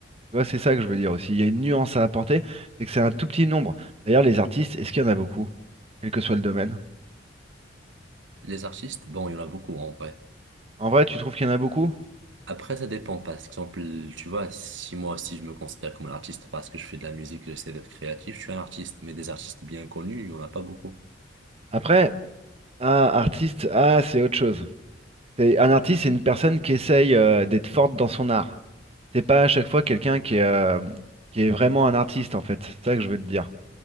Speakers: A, on the right; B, on the right.
A: Tu vois, c'est ça que je veux dire aussi. Il y a une nuance à apporter, c'est que c'est un tout petit nombre. D'ailleurs, les artistes, est-ce qu'il y en a beaucoup, quel que soit le domaine?
B: les artistes, bon, il y en a beaucoup en vrai.
A: En vrai, tu trouves qu'il y en a beaucoup?
B: Après, ça dépend. Par exemple, tu vois, si moi aussi je me considère comme un artiste parce que je fais de la musique, j'essaie d'être créatif, je suis un artiste. Mais des artistes bien connus, il n'y en a pas beaucoup.
A: Après, ah, artiste, ah, c'est autre chose. C'est- Un artiste, c'est une personne qui essaye euh, d'être forte dans son art. C'est pas à chaque fois quelqu'un qui est, euh, qui est vraiment un artiste, en fait. C'est ça que je veux te dire.